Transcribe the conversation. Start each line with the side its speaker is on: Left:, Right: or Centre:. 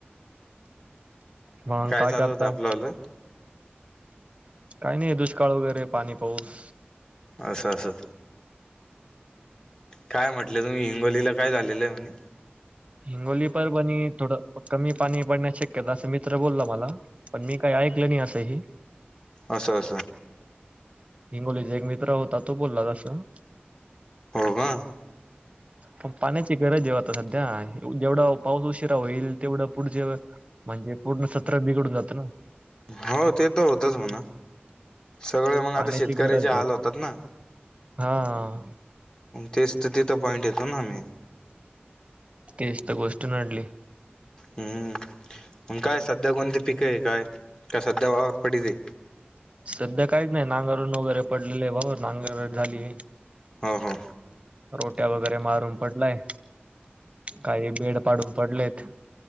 Right: म काय
Left: चालू
Right: करताय
Left: होतं आपलंलं
Right: काही नाही दुष्काळ वगैरे पाणी पाऊस
Left: असशं असशं काय म्हटलं तुम्ही हिंगोलीला काय झालेलं आहे म्ह
Right: हिंगोली प बनी ोडं कमी पाणी पडण्या श कदा अस मित्र बोलला मला पण मी काही ऐकलं नाही असंही
Left: असशा असं
Right: हिंगोलीचा एक मित्र होता तो बोलला तसं
Left: हो का
Right: पण पाण्याची गरज आहे आता सध्या जेवढा पाऊस उशिरा होईल तेवढं पुढचे म्हणजे पूर्ण सतरा बिघडून जातं ना
Left: हो ते तर होतच म्हणा सगळे मग
Right: पाण्याची
Left: आता शेतकऱ्याचे
Right: गरज
Left: हाल
Right: आहे
Left: होतात ना
Right: हा
Left: तेच तर तिथं पॉइंट येतो ना आम्ही
Right: तेच तर गोष्ट नडली
Left: हम्म काय सध्या कोणते पिक आहे काय कासादावावर पडी ती
Right: सध्या काहीच नाही नांगारून वगैरे पडलेले आहे बाबा नांगर झाली
Left: हो हो
Right: रोट्या वगैरे मारून पडलाय काही बेड पाडून पडलेत